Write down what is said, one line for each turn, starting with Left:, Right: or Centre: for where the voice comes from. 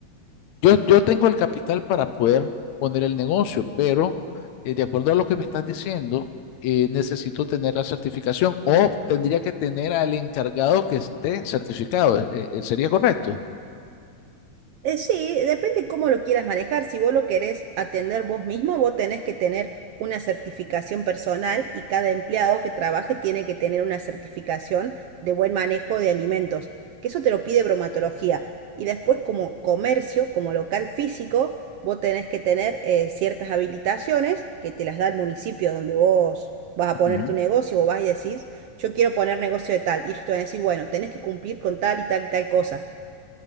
Left: Yo, yo tengo el capital para poder poner el negocio, pero eh, de acuerdo a lo que me estás diciendo, eh, necesito tener la certificación o tendría que tener al encargado que esté certificado. eh, eh, eh, ¿sería correcto?
Right: Eh, sí, depende cómo lo quieras manejar. Si vos lo querés atender vos mismo, vos tenés que tener una certificación personal y cada empleado que trabaje tiene que tener una certificación de buen manejo de alimentos, que eso te lo pide bromatología. Y después como comercio, como local físico, vos tenés que tener eh, ciertas habilitaciones que te las da el municipio donde vos vas a poner
Left: Ujú.
Right: tu negocio o vas y decís, yo quiero poner negocio de tal. Y ellos te van a decir, bueno, tenés que cumplir con tal y tal y tal cosa.